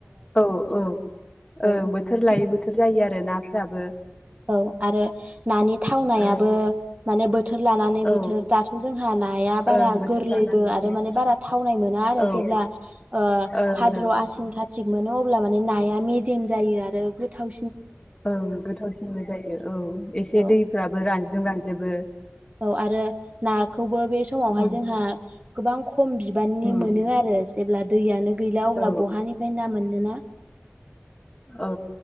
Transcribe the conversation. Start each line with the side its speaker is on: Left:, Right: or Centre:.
Left: औ औ
Right: औ
Left: ओं बोथोर लायै बोथोर जायो आरो ना फोराबो
Right: औ आरो नानि थावनायाबो
Left: ओ
Right: माने बोथोर लानानै
Left: औ
Right: बोथोर दाथ' जोंहा नाया बारा
Left: ओं बोथोर
Right: गोरलैबो
Left: लानानै बोथोर
Right: आरो माने बारा थावनाय मोना आरो
Left: औ ओं
Right: जेब्ला ओ
Left: ओं
Right: भाद्र' आसिन खाथ थिग मोनो अब्ला माने नाया मेजेम जायो आरो गोथाव
Left: ओं गोथावसिनबो जायो। औ एसे
Right: औ
Left: दैफ्राबो रानजि जों रानजोबो।
Right: औ आरो नाखौबो बे समावहाय
Left: उम
Right: जोंहा गोबां खम बिबाननि
Left: उम
Right: मोनो आरो जेब्ला दैयानो गैला अब्ला
Left: औ
Right: बहानिफ्राय ना मोन नो ना?
Left: औ